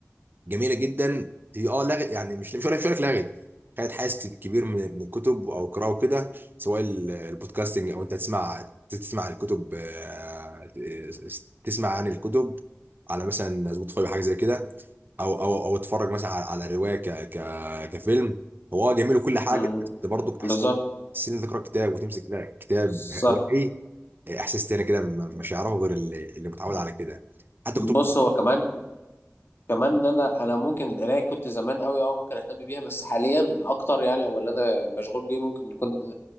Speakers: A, on the right; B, on the left.
A: جميله جدا هي اه لغت يعني مش مش هقول لك مش هقول لك لغت خدت حيز كبير من من الكتب او القراءه وكده سواء ال- البودكاستنج او انت تسمع تسمع الكتب آه، تسمع عن الكتب على مثلا سبوتيفاي حاجه زي كده او او او اتفرج مثلا على على الروايه ك ك كفيلم هو اه جميل وكل حاجه
B: امم
A: بس برضه احساس
B: بالظبط
A: ان انت تقرا كتاب وتمسك لا كتاب
B: صح
A: هو ايه احساس تاني كده م- مش هيعرفه غير اللي, اللي متعود على كده حتى
B: بص
A: كتب
B: هو كمان كمان ان انا انا ممكن القرايه كنت زمان قوي اه ممكن اهتم بيها بس حاليا الاكتر يعني او اللي انا مشغول بيه ممكن يكون